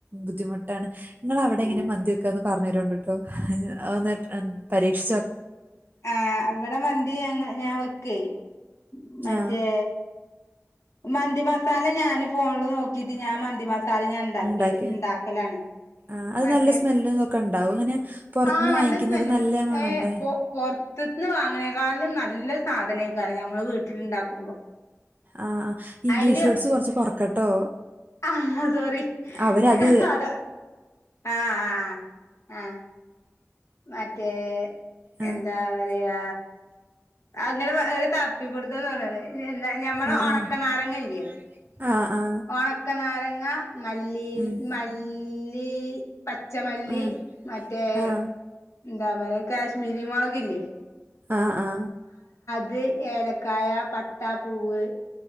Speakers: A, on the right; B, on the left.
A: ബുദ്ധിമുട്ടാണ് നിങ്ങള് അവിടെ
B: ആഹ്
A: എങ്ങനെ മന്തി വെക്കാന്ന് പറഞ്ഞു <unintelligible> പരീക്ഷി
B: ആ ഇവിടെ മന്തി ഞാൻ വെക്കേ മറ്റേ
A: ആ
B: മന്തി മസാല ഞാന് ഫോണില് നോക്കീട്ട് ഞാൻ മന്തി മസാ സാല ഞാൻ ഉണ്ടാക്കിയ
A: മസാല ഉണ്ടാക്കി
B: ഉണ്ടാക്കലാണ്.
A: ആ അത്
B: മറ്റേ
A: നല്ല സ്മെല്ലും ഇതൊക്കെ ഉണ്ടാവും അങ്ങനെ പുറത്തുനിന്ന്
B: ആ <unintelligible>
A: വാങ്ങിക്കുന്നത് നല്ല മണണ്ട
B: പോറാത്തുന്ന് വാങ്ങിയേക്കളും നല്ല സാധനക്കാരം ഞമ്മള് വീട്ടിലുണ്ടാക്കുമ്പോ.
A: ആ ആ ഇംഗ്ലീഷ്
B: അയില്
A: വേഡ്സ് കൊറച്ച് കൊറക്കട്ടോ.
B: ആ സോറി
A: അവരത്
B: ഞാ അതാ ആഹ് ആഹ് ആഹ്. മറ്റേ
A: ആ
B: എന്താ പറയാ അങ്ങനെ ഒരു തപ്പിപിടിത്തം തോന്നണ്. എന്താ ഞമ്മള്
A: ആ
B: ഉണക്കനാരങ്ങല്ലേ
A: ആ ഞമ്മള് ഉണക്കനാരങ്ങല്ലേ, ആ ആ
B: ഒണക്കനാരങ്ങ മല്ലി
A: ഉം
B: മല്ലി പച്ചമല്ലി
A: ആ പച്ചമല്ലി,
B: മറ്റേ
A: ആ
B: എന്താ പറയ കാശ്മീരി മുളകില്ലേ?
A: ആ ആ.
B: ഇത് ഏലക്കായ പട്ടാപ്പൂവ്